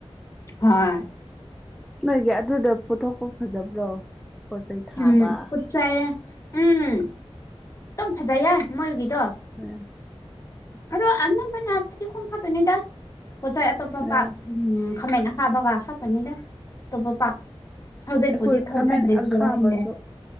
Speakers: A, on the left (about 30°); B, in the centre.
A: ꯍꯣꯏ
B: ꯅꯣꯏꯒꯤ ꯑꯗꯨꯗꫭ ꯄꯨꯊꯣꯛꯄꯥ ꯐꯖꯕ꯭ꯔꯣ꯫ ꯄꯣꯠ ꯆꯩ ꯊꯥꯕ
A: ꯎꯝ ꯄꯛꯆꯌꯦ ꯎꯝ ꯑꯗꯨꯝ ꯐꯖꯩꯌꯦ ꯃꯣꯏꯒꯤꯗꯣ꯫
B: ꯎꯝ
A: ꯑꯗꯣ ꯑꯅꯝꯕꯅ ꯐꯗꯤꯒꯣꯝ ꯈꯛꯇꯅꯤꯗ ꯄꯣꯠꯆꯩ ꯑꯇꯣꯞꯄ
B: ꯎꯝ
A: ꯄꯥꯛ ꯎꯝ ꯈꯥꯃꯦꯟ ꯑ ꯈꯥꯕꯒ ꯈꯛꯀꯅꯤꯗ ꯑꯇꯣꯞꯄ ꯄꯥꯛ ꯍꯧꯖꯤꯛꯄꯨꯗꯤ
B: ꯑꯩꯈꯣꯏ
A: ꯊꯣꯛꯅꯗ꯭ꯔꯦꯗꯨꯗꯔꯥ
B: ꯈꯥꯃꯦꯟ ꯑꯈꯥꯕꯁꯨ
A: ꯈꯪꯗꯦ